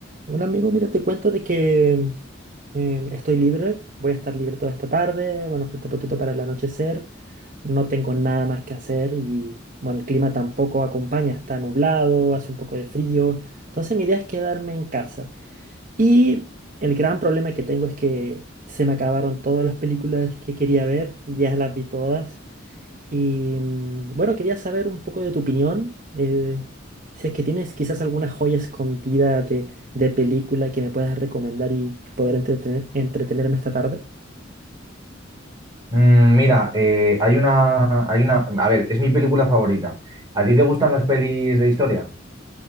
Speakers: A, on the right; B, on the right.
A: Bueno, amigo, mira, te cuento de que em, estoy libre, voy a estar libre toda esta tarde, bueno, falta poquito para el anochecer, no tengo nada más que hacer y, bueno, el clima tampoco acompaña, está nublado, hace un poco de frío, entonces mi idea es quedarme en casa. Y el gran problema que tengo es que se me acabaron todas las películas que quería ver, y ya las vi todas. Y mm, bueno, quería saber un poco de tu opinión. eh, si es que tienes quizás alguna joya escondida de, de película que me puedas recomendar y poder entretener- entretenerme esta tarde.
B: Mm, Mira, eh, hay una, hay una, a ver, es mi película favorita. ¿A ti te gustan las pelis de historia?